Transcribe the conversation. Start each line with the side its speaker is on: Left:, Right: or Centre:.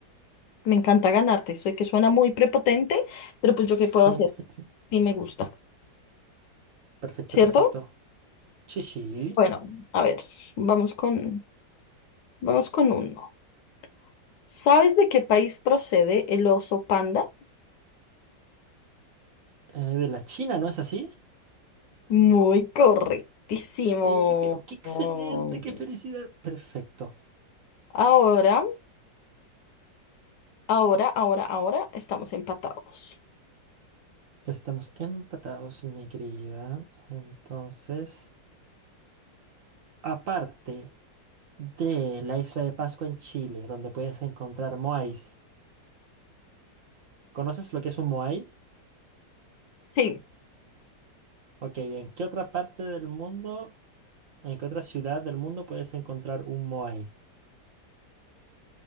Left: Me encanta ganarte. Soy que suena muy prepotente, pero pues yo qué puedo
Right: <laughs>
Left: hacer. Sí me gusta,
Right: Perfecto,
Left: ¿cierto?
Right: perfecto. Sí, sí.
Left: Bueno, a ver, vamos con, vamos con uno. ¿Sabes de qué país procede el oso panda?
Right: Eh, de la China, ¿no es así?
Left: Muy correctísimo.
Right: Eh, pero qué excelente,
Left: Oh.
Right: qué felicidad. Perfecto.
Left: Ahora, ahora, ahora, ahora estamos empatados.
Right: Estamos empatados, mi querida. Entonces, aparte de la isla de Pascua en Chile, donde puedes encontrar moais, ¿conoces lo que es un moai?
Left: Sí.
Right: Ok, ¿en qué otra parte del mundo, en qué otra ciudad del mundo puedes encontrar un moai?